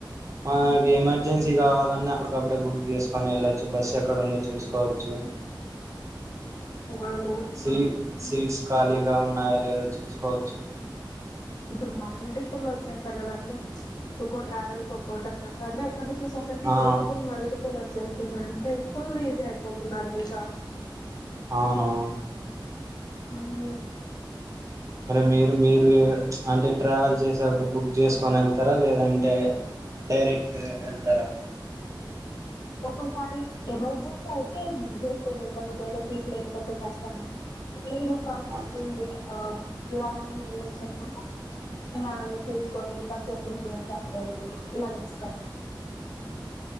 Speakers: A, on the right (about 40°); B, on the left (about 55°).
A: మనకి ఎమర్జెన్సీ కావాలన్నా అప్పడికప్పుడే బుక్ చేసుకొని యెళ్ళొచ్చు బస్ ఎక్కడుందో చూసుకోవొచ్చు
B: అవును
A: సీ సీట్స్ ఖాళీగా ఉన్నాయా లేదో చూసుకోవొచ్చు
B: ఇప్పుడు మనీ రిటర్న్ వచ్చేస్తాయి కదండి ఒక్కో ట్రావెల్కి ఒక్కోటి అనమాట ఒకటి చూసి ఒకటి
A: ఆ
B: మల్టిపుల్ మల్టిపుల్ చేతున్నరు అంటే ఎపుడూ ఈజీ అయిపోతున్నారు ఇంకా
A: అవునవును
B: హ్మ్
A: మరి మీరు మీరు అంటే ట్రావెల్ చేసేటపుడు బుక్ చేసుకొని యెళ్తారా లేదంటే డైరెక్ట్ యెళ్తారా
B: ఒకోసారి ఎమర్జెన్సీ అయితే బుక్ చేసుకోని యెళ్తాను ఒకవేళ సీట్లు లేకపోతే కష్టం అని <unintelligible>
A: ఆ
B: ఇవాళన యెళ్ళొచ్చు అనుకుంటే వాళ్ళని తీసుకొని బస్ ఎక్కడికి ఉంటే అక్కడెళ్ళి ఇలా చేస్తరు